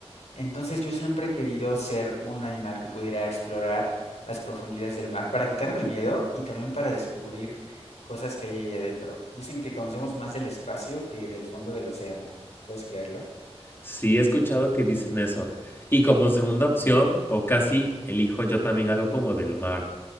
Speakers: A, on the left; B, on the left.
A: Entonces yo siempre he querido ser un animal que pudiera explorar las profundidades del mar para quitarme el miedo y también para descubrir cosas que hay ahí adentro. Dicen que conocemos más del espacio que del fondo del océano. ¿Puedes creerlo?
B: Sí, he escuchado que dicen eso. Y como segunda opción, o casi elijo yo también algo como del mar,